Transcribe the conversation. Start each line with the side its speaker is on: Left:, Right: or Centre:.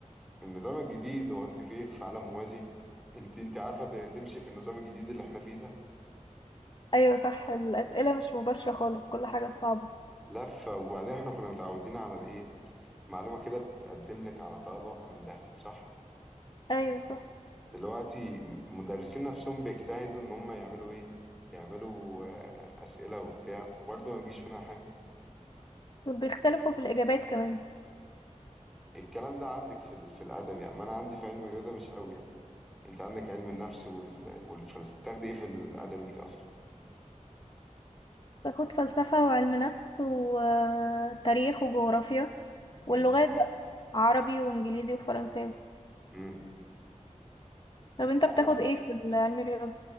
Centre: النظام الجديد هو انت في في عالم موازي انت انت عارفه ت- تمشي في النظام الجديد اللي احنا فيه ده
Left: ايوه صح الاسئلة مش مباشرة خالص كل حاجة صعبة
Centre: لفه وبعدين احنا كنا متعودين على الايه معلومه كده بتتقدم لك على طبق من ذهب صح
Left: ايوه صح
Centre: دلوقتي م- مدرسين نفسهم بيجتهدوا ان هم يعملوا ايه يعملوا آه، اسئله وبتاع وبرضه ما يجيش منها حاجه
Left: وبيختلفوا في الاجابات كمان
Centre: الكلام ده عندك في ال... في الادب يعني اما انا عندي في علم الرياضه مش قوي يعني انت عندك علم النفس وال... والفلسفه بتاخدي ايه في الادب انت اصلا
Left: باخد فلسفة وعلم نفس وتاريخ وجغرافيا واللغات
Centre: مم.
Left: بقى عربي وانجليزي وفرنساوي
Centre: مم.
Left: طب انت بتاخد
Centre: لا انا
Left: ايه في علم الرياضة؟